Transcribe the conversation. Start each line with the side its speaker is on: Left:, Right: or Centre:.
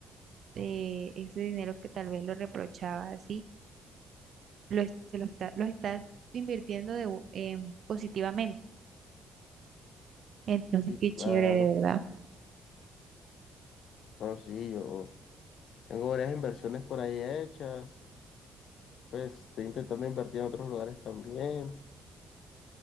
Right: eh, ese dinero que tal vez lo reprochabas así, lo, es- se lo está, lo estás invirtiendo de, bu- em, positivamente. Entonces,
Left: Sí,
Right: qué chévere,
Left: claro.
Right: de verdad.
Left: No, sí, yo tengo varias inversiones por ahí hechas. Pues estoy intentando invertir en otros lugares también.